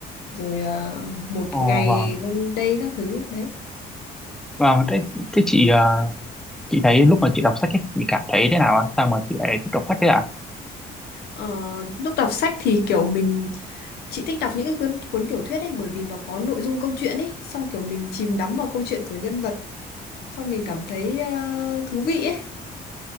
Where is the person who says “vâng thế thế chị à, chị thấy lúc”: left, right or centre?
Centre